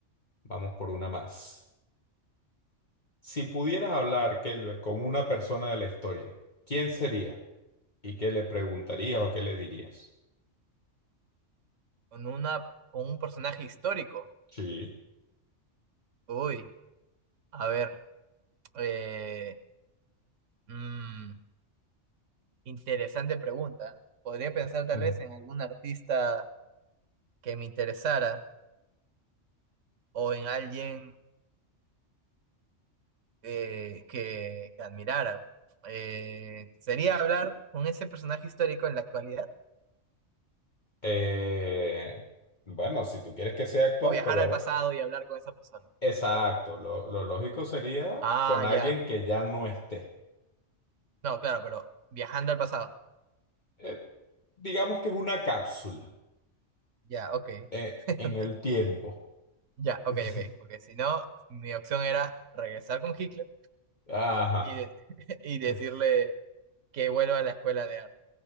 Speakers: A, on the left (about 40°); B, on the right (about 80°).
A: Vamos por una más. Si pudieras hablar, Kelber, con una persona de la historia, ¿quién sería? ¿Y qué le preguntarías o qué le dirías?
B: con una, con un personaje histórico.
A: Sí.
B: Uy, a ver, eh, mm, interesante pregunta. Podría pensar tal
A: Ujú.
B: vez en algún artista que me interesara o en alguien eh, que, que admirara. Eh, ¿sería hablar con ese personaje histórico en la actualidad?
A: Eh, bueno, si tú quieres que sea actual,
B: O viajar
A: pero
B: al pasado y hablar con esa persona.
A: exacto, lo, lo lógico sería
B: Ah,
A: con alguien
B: ya.
A: que ya no esté.
B: No, claro, pero viajando al pasado.
A: eh, digamos que es una cápsula
B: Ya, ok,
A: eh,
B: <laughs>
A: en
B: ok.
A: el tiempo.
B: Ya, ok,
A: <laughs>
B: ok. Porque si no, mi opción era regresar con Hitler
A: Ajá.
B: y, de- <laughs> y decirle
A: <laughs>
B: que vuelva a la escuela de arte,